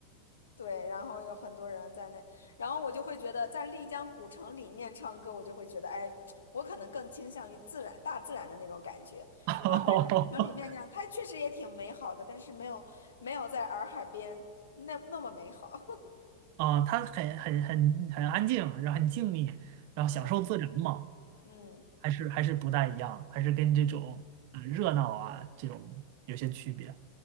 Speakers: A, on the left (about 65°); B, on the right (about 45°).
A: 对，然后有很多人在那，然后我就会觉得在丽江古城里面唱歌，我就会觉得，哎，我可能更倾向于自然、大自然的那种感觉。
B: <laughs>
A: 然后在城里面这样，它确实也挺美好的，但是没有没有在洱海边那那么美好。<laughs>
B: 啊它很很很很安静，然后很静谧，然后享受自然嘛，
A: 嗯嗯，
B: 还是还是不大一样，还是跟这种啊呃热闹啊这种有些区别。